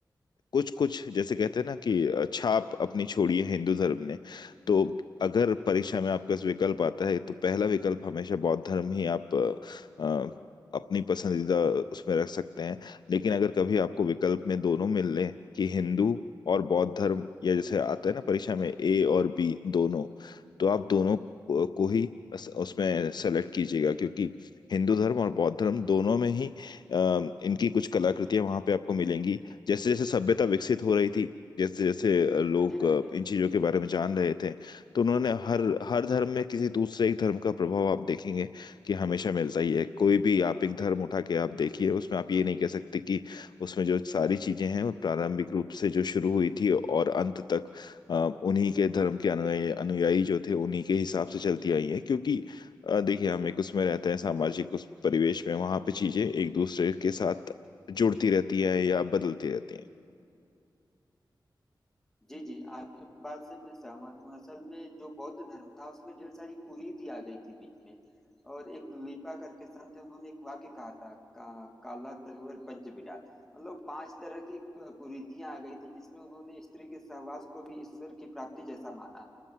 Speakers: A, on the left (about 60°); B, in the centre.
A: कुछ कुछ जैसे कहते हैं ना कि छाप अपनी छोड़ी है हिंदू धर्म ने तो अगर परीक्षा में आपका विकल्प आता है तो पहला विकल्प हमेशा बौद्ध धर्म ही आप अ, अपनी पसंदीदा उसमें रख सकते हैं लेकिन अगर कभी आपको विकल्प में दोनों मिल लें कि हिंदू और बौद्ध धर्म या जैसे आता है ना परीक्षा में ए और बी दोनों तो आप दोनों को ही बस उसमें सेलेक्ट कीजिएगा क्योंकि हिंदू धर्म और बौद्ध धर्म दोनों में ही अ, इनकी कुछ कलाकृतियां वहां पे आपको मिलेंगी जैसे जैसे सभ्यता विकसित हो रही थी जैसे जैसे लोग
B: जी हाँ जी हाँ।
A: इन चीजों के बारे में जान रहे थे तो उन्होंने हर हर धर्म में किसी दूसरे एक धर्म का प्रभाव आप देखेंगे कि हमेशा मिलता ही है कोई भी आप एक धर्म उठा के आप देखिए उसमें आप ये नहीं कह सकते कि उसमें जो सारी चीजें हैं वो प्रारंभिक रूप से जो शुरू हुई थी और अंत तक अ, उन्हीं के धर्म के अनुयायी अनुयायी जो थे उन्हीं के हिसाब से चलती आई हैं क्योंकि अ, देखिए हम एक उसमें रहते हैं सामाजिक उस परिवेश में वहां पे चीजें एक दूसरे के साथ जुड़ती रहती है या बदलती रहती है
B: जी जी आपके बात से मैं सहमत हूँ असल में जो बौद्ध धर्म था उसमें ढेर सारी कुरीति आ गई थी बीच में और एक लिपा करके संत थे उन्होंने एक वाक्य कहा था का, काला तरुवर पंच विराट मतलब पांच तरह की कु- कुरीतियां आ गई थी जिसमें उन्होंने स्त्री के सहवास को भी ईश्वर की प्राप्ति जैसा माना